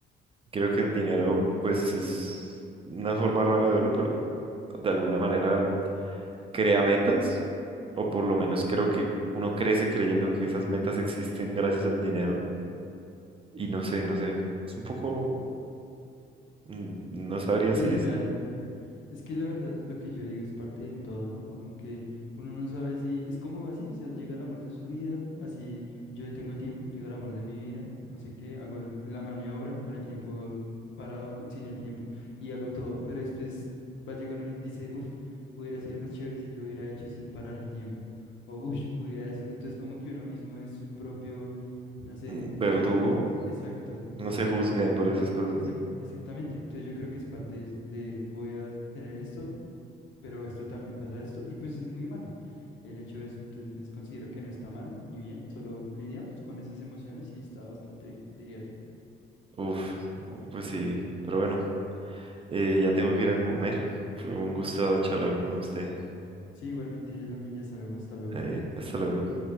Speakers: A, on the right; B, on the left.
A: Creo que el dinero,
B: Claro.
A: pues, es una forma rara de verlo, pero de alguna manera crea metas, o por lo menos creo que uno crece creyendo que esas metas existen gracias al dinero. Y no sé, no sé. Es un poco, mm, no sabría
B: Sí,
A: si
B: es
A: es
B: real. Es que la verdad lo que yo digo es parte de un todo, ¿no? Como que uno no sabe si es como así, o sea, llega el amor de su vida, así yo tengo el tiempo, llega el amor de mi vida, no sé qué, hago el- la maniobra con el tiempo parado, co- sin el tiempo y hago todo, pero después va a llegar uno y dice, uff, hubiera sido más chévere si lo hubiera hecho sin parar el tiempo, o uff, hubiera eso. Entonces como que uno mismo es su propio, no sé,
A: mm, verdugo.
B: eh, exacto,
A: No
B: como
A: se juzgan
B: que...
A: por esas cosas.
B: Exac- Exactamente, entonces yo creo que es parte de eso, de voy a tener esto, pero esto también pasa esto, y pues es muy humano el hecho de eso, entonces considero que no está mal ni bien, solo lidiamos con esas emociones y está bastante bien, diría yo.
A: Uf,
B: ¿no?
A: pues sí. Pero bueno, eh, ya tengo que ir a comer. Fue un gusto charlar con usted.
B: Sí, igualmente yo también ya salgo, hasta luego.
A: Eh, hasta luego.